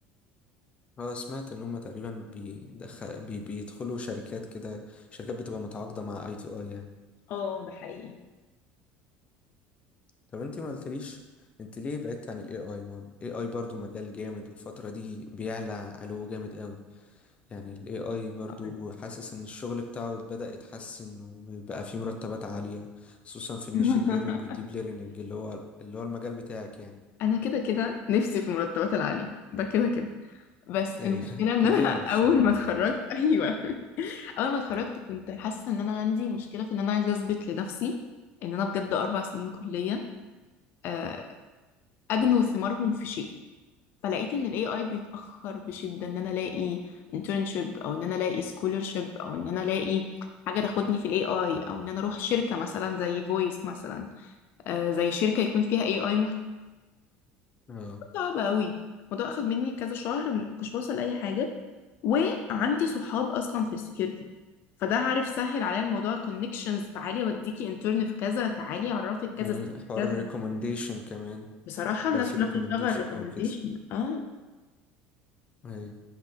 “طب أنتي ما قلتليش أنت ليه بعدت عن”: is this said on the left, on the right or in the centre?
Left